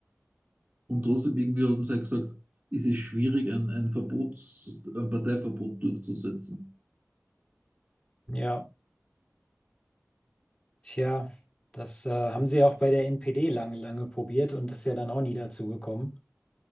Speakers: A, on the right; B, on the left.
A: Und trotzdem irgendwie haben sie ja gesagt, es ist schwierig, ein, ein Verbots, ein Parteiverbot durchzusetzen.
B: Ja, tja, das äh, haben sie ja auch bei der NPD lange, lange probiert und ist ja dann auch nie dazu gekommen.